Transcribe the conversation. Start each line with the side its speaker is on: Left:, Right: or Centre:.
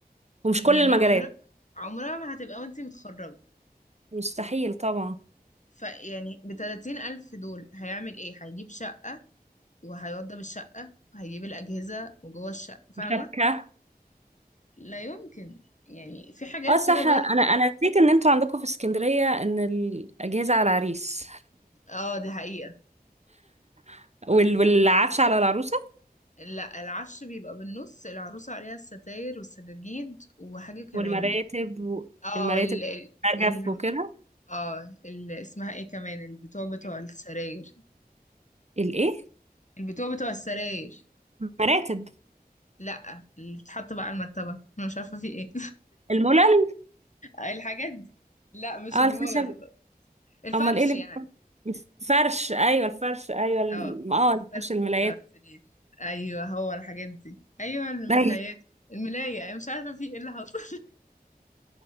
Right: ومش
Left: يعني
Right: كل المجالات
Left: عمرها عمرها ما هتبقى وانتي متخرجه
Right: مستحيل طبعا
Left: فيعني ب 30 الف دول هيعمل ايه هيجيب شقه وهيوضب الشقه وهيجيب الاجهزه وجوه الشقه فاهمه
Right: وشبكة
Left: لا يمكن يعني في حاجات
Right: اه صح
Left: كده برضو
Right: انا انا نسيت ان انتوا عندكم في اسكندرية ان الاجهزة على العريس
Left: اه دي حقيقه
Right: <laughs> وال- والعفش على العروسة
Left: لا العفش بيبقى بالنص العروسة عليها الستاير والسجاجيد وحاجة كمان
Right: والمراتب و-
Left: اه
Right: المراتب
Left: ال ال
Right: نجف
Left: وال
Right: وكده
Left: اه ال اسمها ايه كمان البتوع بتوع السراير
Right: الايه
Left: البتوع بتوع السراير
Right: مراتب
Left: لا اللي بتحط بقى على المرتبة انا مش عارفة في ايه
Right: الملل
Left: <laughs> الحاجات دي لا مش
Right: اه
Left: المورال
Right: الخشب
Left: الفرش
Right: امال ايه اللي
Left: يعني
Right: بيبقى؟ الفرش ايوه الفرش ايوه الم-
Left: اه
Right: اه
Left: الفرش
Right: الفرش الملايات
Left: بتاع السرير ايوه هو الحاجات دي ايوه الملايات
Right: <laughs>
Left: الملاية انا مش عارفة في ايه اللي حصل